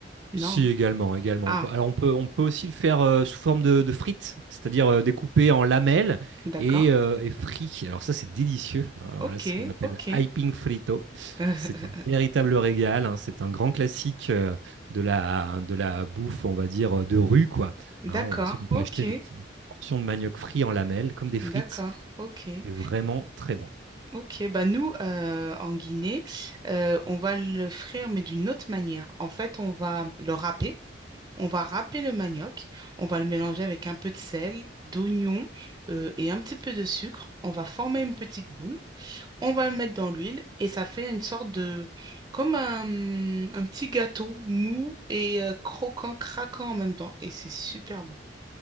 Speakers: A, on the right; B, on the right.
A: Non.
B: Si, également, également.
A: Ah,
B: On peut- Alors, on peut, on peut aussi le faire euh, sous forme de, de frites, c'est-à-dire euh, découpé en lamelles
A: d'accord.
B: et, euh, et frit. Alors ça, c'est délicieux. hein.
A: Ok,
B: Voilà c'est ce qu'on appelle
A: ok.
B: hyping frito.
A: Euh,
B: C'est un
A: <laughs>
B: véritable régal. hein. C'est un grand classique euh, de la, de la bouffe, on va dire, euh, de rue, quoi.
A: d'accord,
B: Hein, on, va dire qu'on peut
A: ok.
B: acheter des petites, des petites portions de manioc frit en lamelles, comme des frites.
A: D'accord, ok.
B: C'est vraiment très bon.
A: Ok, bah nous, euh, en Guinée, euh, on va le frire, mais d'une autre manière. En fait, on va le râper. On va râper le manioc. On va le mélanger avec un peu de sel, d'oignon euh, et un petit peu de sucre. On va former une petite boule. On va le mettre dans l'huile et ça fait une sorte de... comme un, un petit gâteau mou et euh, croquant, craquant en même temps. Et c'est super bon.